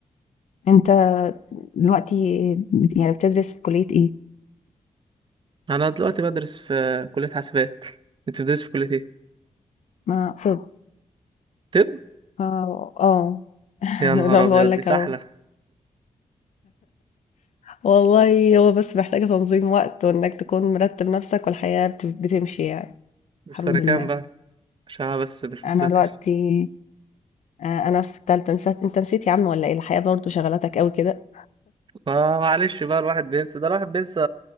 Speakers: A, on the left (about 75°); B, on the right (about 40°).
A: أنت دلوقتي يعني بتدرس في كلية إيه؟
B: أنا دلوقتي بدرس في كلية حاسبات أنت بتدرس في كلية إيه؟
A: ما طب
B: طب
A: آه، آه، <laughs>
B: يا نهار
A: زي ما
B: أبيض
A: باقول لك
B: دي سحلة
A: أهو. والله هو بس محتاجة تنظيم وقت وإنك تكون مرتب نفسك والحياة بت- بتمشي يعني
B: <laughs> وفي
A: الحمد
B: سنة كام
A: لله.
B: بقى عشان أنا بس مش
A: أنا
B: متذكر
A: دلوقتي آه، أنا في تالتة نسيت أنت نسيت يا عم ولا إيه؟ الحياة برضه شغلتك أوي كده.
B: ما معلش بقى الواحد بينسى ده الواحد بينسى